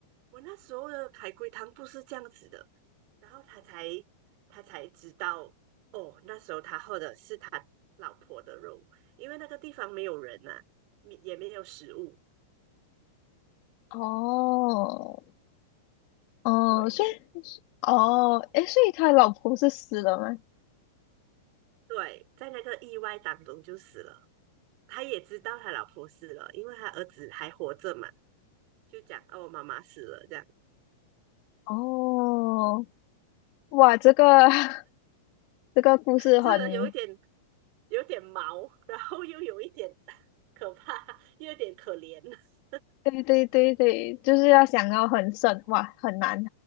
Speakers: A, on the right; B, on the left.
A: 我那时候的海龟汤不是这样子的。然后他才他才知道，哦，那时候他喝的是他老婆的肉，因为那个地方没有人呐、也没有食物。
B: 哦，哦，
A: 对，
B: 所以，哦，诶，所以他老婆是死了吗？
A: 对，在那个意外当中就死了。他也知道他老婆死了，因为他儿子还活着嘛，就讲哦，妈妈死了这样，
B: 哦，哇，这个 <laughs> 这个故事很
A: 这有一点有点毛，然后又有一点 <laughs> 可怕，又有点可怜。<laughs>
B: 对对对对，就是要想到很深，哇，很难